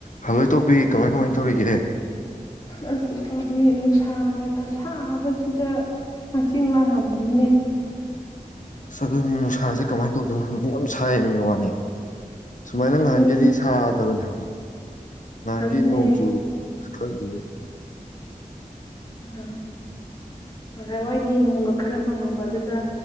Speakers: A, on the left (about 60°); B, on the left (about 30°).
A: hello ꯏꯇꯥꯎꯄꯤ ꯀꯃꯥꯏ ꯀꯃꯥꯏ ꯇꯧꯔꯤꯒꯦ
B: ꯑꯁ ꯏꯇꯥꯎꯕꯤ ꯅꯨꯡꯁꯥꯅꯒ ꯁꯥꯕꯁꯤꯗ ꯍꯛꯆꯤꯡ ꯂꯥꯡꯉꯝꯃꯤꯅꯤꯅꯦ
A: ꯑꯗꯨꯅꯦꯃꯤ ꯅꯨꯡꯁꯥꯁꯦ ꯀꯃꯥꯏꯅ ꯇꯧꯗꯣꯏꯅꯣ ꯈꯪꯗꯦ ꯌꯥꯝ ꯁꯥꯏꯌꯦꯃꯤ ꯋꯥꯅꯤ ꯁꯨꯃꯥꯏꯅ ꯉꯍꯥꯟꯒꯩꯗꯤ
B: ꯑꯗꯨꯅꯦ
A: ꯁꯥꯗꯕꯅꯦ ꯍꯥꯏꯕ ꯉꯍꯥꯟꯒꯩ
B: ꯑꯗꯨꯅꯦ
A: ꯅꯣꯡ ꯆꯨꯕꯗꯣ ꯑꯁ ꯈꯪꯗꯦꯅꯦ
B: ꯎꯝ ꯉꯁꯥꯏ ꯋꯥꯏꯗꯤ ꯅꯣꯡꯒ ꯈꯔ ꯃꯪꯉꯝꯕꯗꯨꯗ